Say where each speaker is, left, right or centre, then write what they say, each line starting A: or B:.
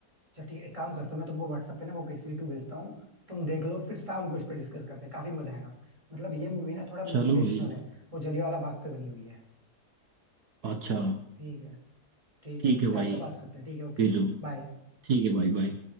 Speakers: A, on the right (about 20°); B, on the right (about 70°).
A: अच्छा ठीक है एक काम करता हूँ मैं तुमको व्हाट्सएप पे ना वो केसरी टू भेजता हूँ तुम देख लो फिर शाम को इस पे डिस्कस करते हैं काफी मजा आएगा मतलब ये मूवी ना थोड़ा मोटिवेशनल
B: चलो भाई
A: है वो जलियांवाला बाग पे बनी हुई है
B: अच्छा
A: ठीक है ठीक
B: ठीक
A: है तो फिर
B: है
A: शाम
B: भाई
A: को बात करते हैं ठीक है ओके
B: भेजो
A: बाय
B: ठीक है भाई बाय